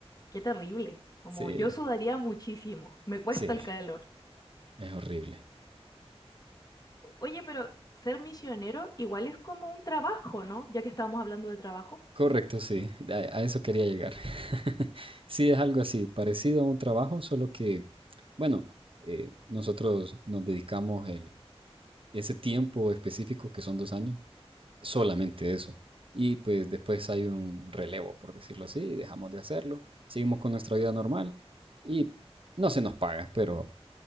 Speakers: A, on the left; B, on the right.
A: Qué terrible. Como
B: Sí,
A: yo sudaría muchísimo, me cuesta
B: sí,
A: el calor.
B: es horrible.
A: Oye, pero ser misionero igual es como un trabajo, ¿no? Ya que estábamos hablando de trabajo.
B: Correcto, sí, a, a eso quería llegar. <laughs> Sí, es algo así, parecido a un trabajo, solo que, bueno, eh, nosotros nos dedicamos el, ese tiempo específico, que son dos años, solamente eso. Y pues después hay un relevo, por decirlo así, dejamos de hacerlo, seguimos con nuestra vida normal y no se nos paga, pero